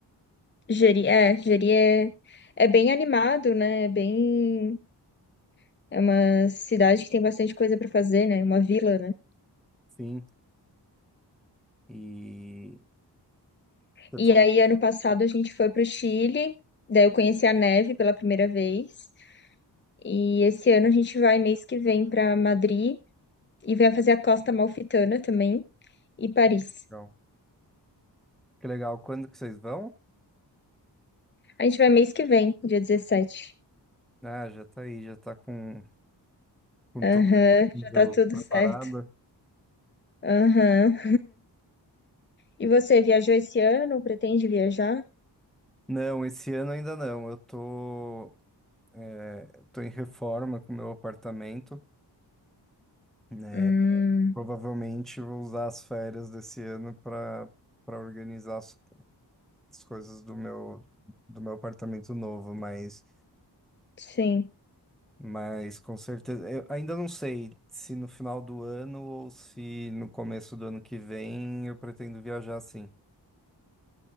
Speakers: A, on the left; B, in the centre.
A: Jeri, é, Jeri é, é bem animado, né? É bem. É uma cidade que tem bastante coisa para fazer, né? Uma vila, né?
B: Sim, e Você
A: E
B: ficou
A: aí, ano passado, a gente foi pro Chile, daí eu conheci a neve pela primeira vez. E esse ano a gente vai, mês que vem, para Madrid e vai fazer a Costa Amalfitana também e Paris.
B: legal. Que legal. Quando que vocês vão?
A: A gente vai mês que vem, dia dezessete.
B: Ah, já tá aí, já tá com com
A: Aham,
B: todo mundo
A: já tá tudo
B: preparado.
A: certo. Aham. E você viajou esse ano? Pretende viajar?
B: Não, esse ano ainda não. Eu tô é, eu tô em reforma com o meu apartamento. né?
A: Hum,
B: Provavelmente vou usar as férias desse ano para para organizar as, as coisas do meu do meu apartamento novo, mas
A: sim.
B: mas com certeza eu ainda não sei se no final do ano ou se no começo do ano que vem eu pretendo viajar sim.